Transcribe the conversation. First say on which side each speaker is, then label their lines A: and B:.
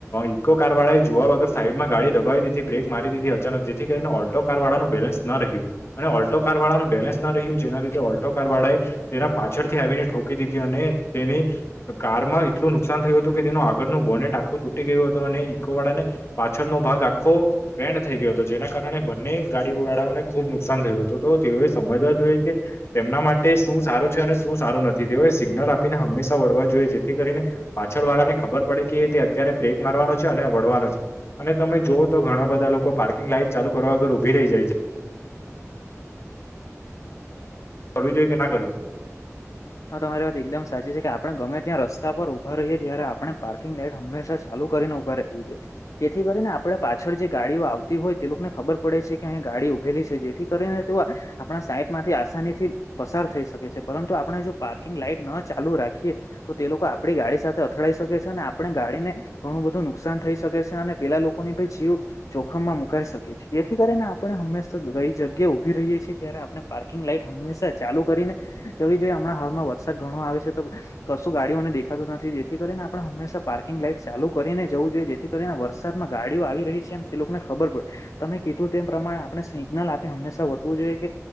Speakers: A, on the left; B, on the left.
A: ઇકો કાર વાળા એ જોવા વગર સાઈડમાં ગાડી દબાવી બ્રેક મારી દીધી અચાનક જેથી કરીને ઓલ્ટો કાર વાળાનુંું બેલેન્સ રહ્યું અને ઓલ્ટો કાર વાળાનું બેલેન્સ ના રહ્યું જેના લીધે ઓલ્ટો કાર વાળા એ તેના પાછળથી આવીનેો અને તેની કારમાં એટલું નુકસાન થયું હતું કે તેનું આગળ ન બોને ટ આખું તૂટી ગયું હતું અને ઈકોવાડા ને પાછળનોો ભાગ આખો વેડ થઈ ગયો હતો જેના કારણે બંને ગાડી વાડાઓને ખુબ નુકસાન થયું હતું તો તેઓએ સમજવા જોઈએ કે તેમના માટે શું સારું છે અને શું સારું નથી તેઓએ સિગ્નલ આપીને હંમેશા વળવા જોઈએ જેથી કરીને પાછળ વાળા ને ખબર પડે કે તે અત્યારે બ્રેક માર અને વડવાનો છે અને તમે જોુઓ તો ઘણા બધા લોકો પાર્કિંગ લાઈન ચાલુ કરવા વગર ઉભી રહી જાય છે હ કરવી જોઈએ કે ના કરવી જોઈએ
B: હા તમારી વાત એકદમ સાચી છે કે આપડણે ગમે ત્યાં રસ્તા પર ઉભા રહીએ ત્યારે આપણે પાર્કિંગ લાઈટ હંમેશા ચાલુ ને ઉભું જોઈએ જેથી કરીને આપે પાછળ જે ગાડીઓ આવતી હોય તે લોકોને ખબર પડે છે કે અ ગાડી ઉેલી છે જેથી કરીને તે આપણા સાઈટ માંથી આસાની થી પસાર થઈ શકે છે પરંતુ આપણે જો પાર્કિંગ લાઈટ ન ચાલુ રાખીએ તો તે લોકો આપડી ગાડી સાથે અથડાઈ શકે છે અને આપણે ગાડીને ઘણું નુકસાન થઈ શકે છે અને પેલા લોકોને પણ જીવ જોખમમાં મુકાઈ શકે છે જેથી કરીને આપણે હંમેશા જગ્યા ઉભી રહી છીએ ત્યારે આપણે પાર્કિંગ લાઈટ હંમેા ચાલુ કરીને જવી જોઈએ હમણા વરસાદ ઘણો આવે છે તો કશું ગાડીઓને દેખાતું નથી, જેથી કરીને આપણે હંશા પાર્કિંગ લાઈટ ચાલુ કરી જવું જોઈએ જેથી કરીને વરસાદમાં ગાડીઓ આવી રહી છે એમ તે લોકોને ખબર પડે તમે કીધું તેમ પ્રમાણે આપણે સિગ્નલ આપે હંમેા વટવું જોઈએ કે